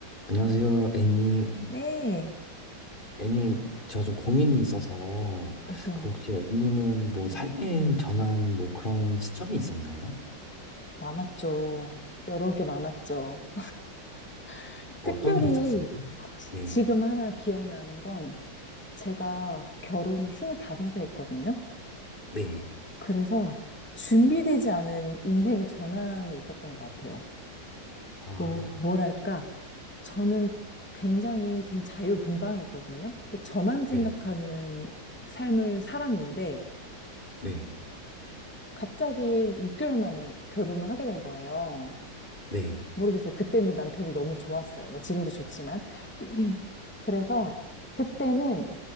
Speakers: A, on the left; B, in the centre.
A: 안녕하세요, 애님.
B: 네.
A: 애님, 제가 좀 고민이 있어서,
B: 어떤가?
A: 그 혹시 애님은 뭐
B: 네.
A: 삶의 전환 뭐 그런 시점이 있었나요?
B: 많았죠. 여러 개 많았죠. <laughs>
A: 어떤
B: 특별히
A: 게 있었어요?
B: 혹시
A: 네,
B: 지금 하나 기억나는 건 제가 결혼을 25세 했거든요.
A: 네,
B: 그래서 준비되지 않은 인생의 전환이 있었던 것 같아요.
A: 아,
B: 뭐, 뭐랄까. 저는 굉장히 좀 자유분방했거든요. 또 저만 생각하는
A: 네,
B: 삶을 살았는데
A: 네,
B: 갑자기 6개월 만에 결혼을 하게 된 거예요.
A: 네,
B: 모르겠어요. 그때는 남편이 너무 좋았어요. 뭐 지금도 좋지만. <laughs> 그래서 그때는